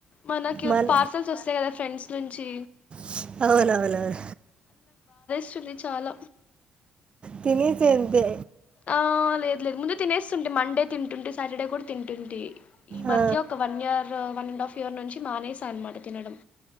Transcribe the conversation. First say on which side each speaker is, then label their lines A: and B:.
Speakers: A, on the left; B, on the right.
A: మనకి
B: మన
A: పార్సల్స్ వస్తాయి కదా ఫ్రెండ్స్ నుంచి
B: స్ అవునవునవును
A: చులి చాల
B: తిినేసె అంతె
A: ఆ లేదు లేదు ముందు తినేస్తుంటే మండే తింటుంటే సాటర్డే కూడ తింటుంటే ఈ
B: ఆ,
A: మధ్య ఒక one year one and half year నుంచి మానేసా అనమాట తినడం